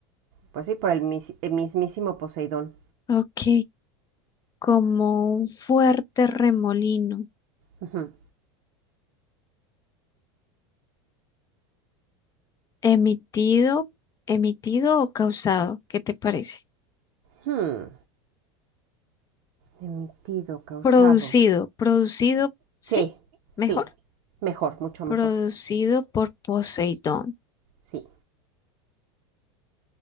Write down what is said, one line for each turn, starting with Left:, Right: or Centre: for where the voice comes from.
Right: pues sí, por el, mis- el mismísimo Poseidón.
Left: Ok, como un fuerte remolino
Right: Ujú.
Left: emitido, emitido o causado, ¿qué te parece?
Right: Hmm. Emitido, causado.
Left: Producido, producido, ¿sí?
Right: Sí,
Left: Mejor,
Right: sí. Mejor, mucho
Left: producido
Right: mejor.
Left: por Poseidón.
Right: Sí.